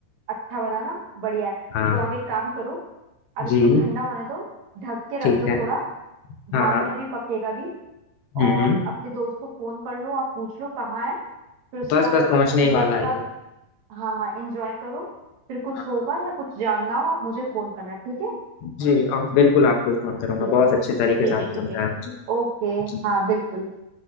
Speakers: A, on the right; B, on the left.
A: अच्छा बनाना बढ़िया है
B: हाँ
A: तो आप एक काम करो अब
B: जी
A: इसको ठंडा होने दो ढक के
B: ठीक
A: रख दो
B: है
A: थोड़ा
B: हाँ
A: भाप
B: हाँ
A: में भी पकेगा भी
B: हम्म
A: और
B: हम्म।
A: अपने दोस्त को फोन कर लो आप पूछ लो कहाँ है फिर उसके
B: बस
A: आप
B: बस पहुंचने
A: अपने
B: ही
A: दोस्त
B: वाला
A: के
B: है ये
A: साथ हाँ हाँ एंजॉय करो फिर कुछ
B: हाँ,
A: होगा
B: हाँ,
A: या कुछ जानना हो आप मुझे फोन करना ठीक है
B: जी और बिल्कुल आपको ही फोन करूंगा
A: ठीक
B: बहुत
A: है
B: अच्छे तरीके
A: ठीक
B: से आपने
A: है ठीक
B: समझाया
A: है
B: मुझे
A: ओके
B: जी,
A: हाँ बिल्कुल